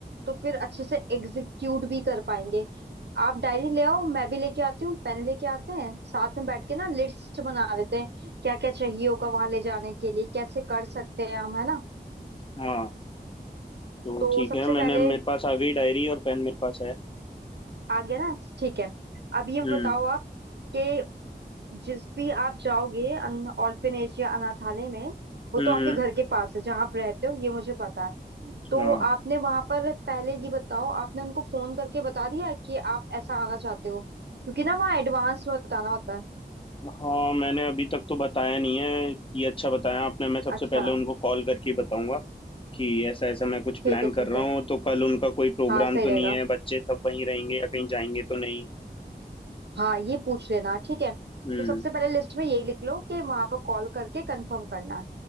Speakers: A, on the right (about 80°); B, on the left (about 30°).
A: तो फिर अच्छे से एग्जीक्यूट भी कर पाएंगे आप डायरी ले आओ मैं भी लेके आती हूँ पेन लेके आते हैं साथ में बैठ के ना लिस्ट बना लेते हैं क्या क्या चाहिए होगा वहां ले जाने के लिए कैसे कर सकते हैं हम है ना
B: हाँ तो
A: तो
B: ठीक
A: सबसे
B: है मैंने
A: पहले
B: मेरे पास आ गई डायरी और पेन मेरे पास है
A: आ गया ना ठीक है अब ये
B: हम्म
A: बताओ आप कि जिस भी आप जाओगे अन ऑर्फिनेज या अनाथालय में वो
B: हम्म
A: तो आपके
B: हम्म,
A: घर के पास है जहाँ आप रहते हो ये मुझे पता है तो
B: हाँ
A: आपने वहां पर पहले ये बताओ आपने उनको फोन करके बता दिया कि आप ऐसा आना चाहते हो क्योंकि ना वहाँ एडवांस में बताना होता है
B: हाँ मैंने अभी तक तो बताया नहीं है ये अच्छा बताया आपने मैं सबसे
A: अच्छा
B: पहले उनको कॉल करके ही बताऊंगा कि ऐसा ऐसा मैं कुछ प्लान
A: ठीक है
B: कर
A: ठीक
B: रहा
A: है
B: हूँ तो कल उनका कोई प्रोग्राम
A: हाँ सही
B: तो
A: रहेगा
B: नहीं है बच्चे सब वहीं रहेंगे या कहीं जाएंगे तो नहीं
A: हाँ ये पूछ लेना ठीक है
B: हम्म
A: तो सबसे पहले लिस्ट में यही लिख लो कि वहां पर कॉल करके कंफर्म करना है